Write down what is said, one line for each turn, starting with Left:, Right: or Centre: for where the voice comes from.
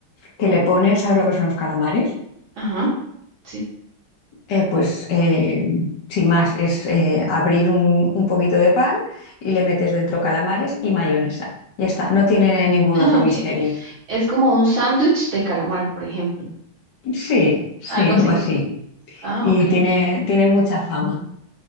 Left: Que le ponen, ¿sabes lo que son los calamares?
Right: Ajá, sí.
Left: Eh, pues eh, sin más, es eh, abrir un, un poquito de pan y le metes dentro calamares y mayonesa. Ya está, no tiene ningún
Right: Ah,
Left: otro
Right: ok.
Left: misterio.
Right: Es como un sándwich de calamar, por ejemplo.
Left: Sí, sí,
Right: Algo
Left: algo
Right: así.
Left: así.
Right: Ah,
Left: Y
Right: ok.
Left: tiene, tiene mucha fama.